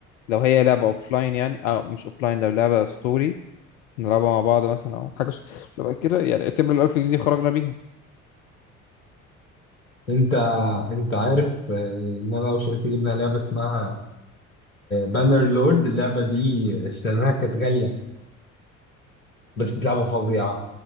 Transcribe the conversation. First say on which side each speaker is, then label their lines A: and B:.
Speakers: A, on the left (about 70°); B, on the left (about 85°).
A: لو هي لعبه اوف لاين يعني اه مش اوف لاين لو لعبه ستوري نلعبها مع بعض مثلا او حاجه شبه كده يعني اعتبر ال 1000 جنيه دي خرجنا بيها
B: انت انت عارف آه، ان انا وشباسي جبنا لعبه اسمها بانر لورد اللعبه دي اشتريناها كانت غاليه بس كانت لعبه فظيعه